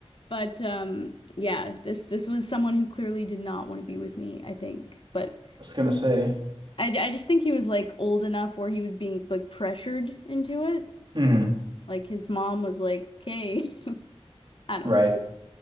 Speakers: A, on the left; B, on the right.
A: But um, yeah, this this was someone who clearly did not want to be with me, I think. But
B: was gonna say.
A: I I just think he was like old enough where he was being like pressured into it.
B: hmm
A: Like his mom was like, "Okay," <laughs> I don't
B: Right.
A: know.